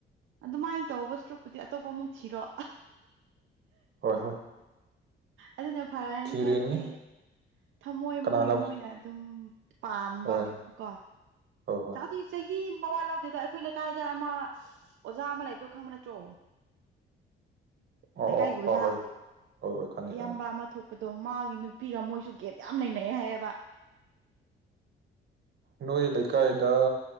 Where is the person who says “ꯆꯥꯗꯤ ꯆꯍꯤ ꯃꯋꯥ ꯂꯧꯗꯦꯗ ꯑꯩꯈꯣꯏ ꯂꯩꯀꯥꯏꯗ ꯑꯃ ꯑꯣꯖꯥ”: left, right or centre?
Right